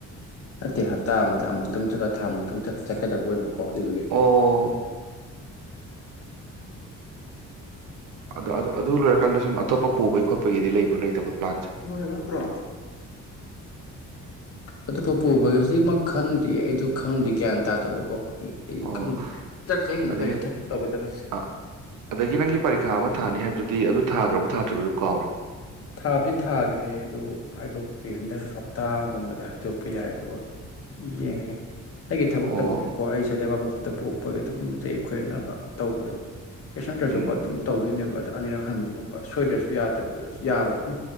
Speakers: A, on the left; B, on the right.
A: ꯅꯠꯇꯦ ꯍꯞꯇꯥ ꯑꯃꯗ ꯑꯃꯨꯛꯇꯪ ꯆꯠꯂ ꯊꯥꯃꯨꯛꯇꯪꯠ ꯆꯠꯀꯗꯕ ꯑꯣꯏꯕꯣ ꯀꯣ ꯑꯗꯨꯗꯨꯒꯤ
B: ꯑꯣ ꯑꯗ ꯑꯗꯨ ꯂꯣꯏꯔꯛꯄ ꯀꯟꯗ ꯁꯨꯝ ꯑꯇꯣꯞꯄ ꯄꯨꯕꯩ ꯈꯣꯠꯄꯒꯤꯗꯤ ꯂꯩꯕ꯭ꯔꯥ ꯂꯩꯇꯕ꯭ꯔꯥ ꯄ꯭ꯂꯥꯟꯁꯦ
A: ꯂꯣꯏꯔꯕ ꯅꯠꯇ꯭ꯔꯣ ꯑꯇꯣꯞꯄ ꯄꯣ ꯕꯥꯏꯑꯣꯖꯤꯠ ꯑꯃꯥ ꯈꯟꯗꯤꯌꯦ ꯑꯩꯗꯣ ꯈꯪꯗꯦ ꯑꯩꯗꯨ ꯈꯪꯗꯦ ꯒ꯭ꯌꯥꯟ ꯇꯥꯗꯕꯀꯣ ꯑꯩ ꯑꯩ
B: ꯑꯣ
A: ꯈꯪꯗꯦ ꯆꯥꯛ ꯆꯍꯤꯡꯅ
B: ꯑꯗꯒꯤ
A: ꯂꯩꯔꯦ ꯊꯕꯛ ꯇꯧꯒꯗꯕꯁꯦ
B: ꯑ ꯑꯗꯒꯤ ꯅꯪꯒꯤ ꯄꯔꯤꯈꯥ ꯑꯃ ꯊꯥꯅꯤ ꯍꯥꯏꯕꯗꯨꯗꯤ ꯑꯗꯨ ꯊꯥꯈ꯭ꯔꯕ ꯊꯥꯗ꯭ꯔꯤꯕꯗꯨ ꯀꯥꯎꯔꯦ
A: ꯊꯥꯗꯤ ꯊꯥꯈ꯭ꯔꯦ ꯑꯗꯨ ꯍꯥꯏꯗꯣꯛꯇ꯭ꯔꯤ ꯍꯟꯗꯛ ꯍꯞꯇꯥꯒꯨꯝꯕꯗ ꯍꯥꯏꯗꯣꯛꯄ ꯌꯥꯏ ꯑꯗꯨꯒ ꯌꯦꯡꯉꯒꯦ ꯑꯩꯒꯤ ꯊꯕꯛ
B: ꯑꯣ
A: ꯇꯧꯕꯁꯦꯀꯣ ꯑꯩꯁꯦ ꯂꯩꯕꯥꯛꯄꯣꯛ ꯑꯗ ꯄꯣꯛꯄꯒꯤ ꯑꯗꯨꯝ ꯆꯌꯦꯠ ꯈꯣꯏꯌꯦꯠꯅꯕ ꯇꯧꯕꯗꯣ ꯀꯩꯁꯟꯅꯇ꯭ꯔꯁꯨꯀꯣ
B: ꯎꯝ
A: ꯑꯗꯨꯝ ꯇꯧꯗꯣꯏꯅꯦꯕ ꯑꯗꯥ ꯑꯅꯤꯔꯛ ꯍꯟꯕꯒꯨꯝꯕ ꯁꯣꯏꯗ꯭ꯔꯁꯨ ꯌꯥꯗꯕꯗꯣ ꯌꯥꯕꯗ ꯎꯝ